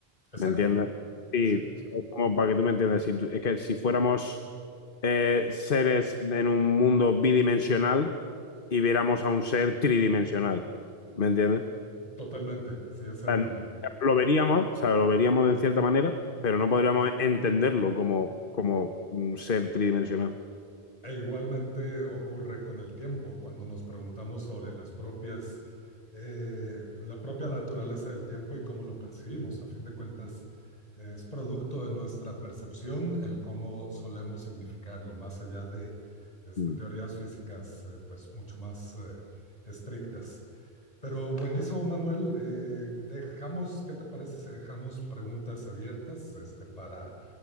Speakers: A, on the left; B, on the left.
A: Exacto,
B: ¿me entiendes? Sí,
A: sí,
B: es como para que tú me entiendas, si tú- es que si fuéramos eh, seres en un mundo bidimensional y viéramos a un ser tridimensional, ¿me entiendes? O
A: totalmente. Sí, es el,
B: sea, no- lo veríamos, o sea, lo veríamos de cierta manera, pero no podríamos entenderlo como, como un ser tridimensional.
A: E igualmente ocurre con el tiempo, cuando nos preguntamos sobre las propias, eh, la propia naturaleza del tiempo y cómo lo percibimos. A fin de cuentas, es producto de nuestra percepción el cómo solemos significarlo, más allá de este,
B: Mm.
A: teorías físicas eh, pues mucho más eh, estrictas. Pero buenísimo, Manuel. eh, dejamos, ¿qué te parece si dejamos preguntas abiertas este, para